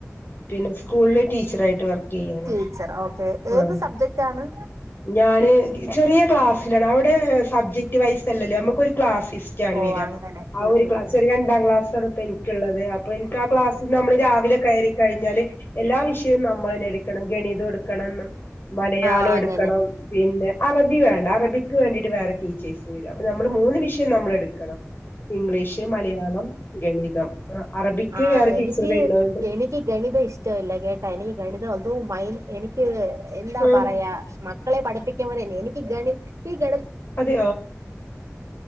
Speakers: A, on the left; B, on the right.
A: പിന്നെ സ്കൂളില് ടീച്ചർായിട്ട് വർക്ക് ചെയ്യാണ്
B: ടീച്ചർ ഓക്കേ ഏത്
A: ആഹ്
B: സബ്ജക്റ്റ് ആണ്
A: ഞാന് ചെറിയ ക്ലാസ് അവിടെ സബ്ജക്- വയസ്സല്ലേ നമുക്ക് ഒരു ക്ലാസ്സ്റ്റ്ണ്
B: ഓ
A: വരത്
B: അങ്ങനെ
A: ആ
B: ഉം
A: ഒരു ക്ലാസ്
B: ഉം ഉം
A: ഒരു രണ്ടാം ക്ലാസ് ആാണ് ഇപ്പ എനിക്കുള്ളത് അപ്പൊ എനിക്ക് ആ ക്ലാസ്സിൽ നമ്മള് രാവിലെ കയറിക്കഴിഞ്ഞാല് എല്ലാ വിഷയവും നമ്മൾെ എടുക്കണം ഗണിതം എടുക്കണം മലയാളം
B: ആ അങ്ങനെ
A: എടുക്കണം പിന്നെ അറബി വേണം അറബിക്ക് വേണ്ടട്ട് വേറെ ടീച്ചേർസ് ഉണ്ട് അപ്പൊ നമ്മള് മൂന്ന് വിഷയം നമ്മൾ എടുക്കണം ഇംഗ്ലീഷ് മലയാളം ഗണിതം ആ, അറബിക്ക്
B: ആഹ്
A: വേറെ
B: എനിക്ക്
A: ടീച്ചർ വരുന്നോണ്ട്
B: എനിക്ക് ഗണിതം ഇഷ്ടമില്ല കേട്ടാ എനിക്ക് ഗണിതം അത മൈൻ എനിക്ക് എന്താ
A: ആഹ്
B: പറയാ മക്കളെ പഠിപ്പിക്ക ല്ലേ എനിക്ക് ഗണി ഈ ഗണി
A: അതോ